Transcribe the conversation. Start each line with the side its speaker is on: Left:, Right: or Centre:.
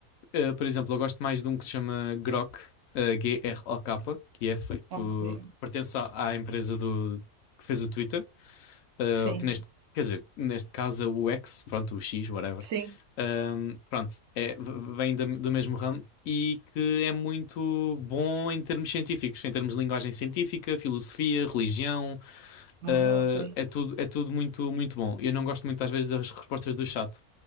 Left: Uh, por exemplo, eu gosto mais de um que se chama Grok, uh, G-R-O-K, que é feito,
Right: Ok.
Left: que pertence à, à empresa do, que fez o Twitter, uh,
Right: Sim,
Left: que neste, quer dizer, neste caso é o X, pronto, o X, whatever.
Right: sim.
Left: Um, pronto, é, v- vem da- do mesmo ramo e que é muito bom em termos científicos, em termos de linguagem científica, filosofia, religião,
Right: Ah,
Left: uh,
Right: ok.
Left: é tudo, é tudo muito, muito bom. Eu não gosto muito às vezes das respostas do chat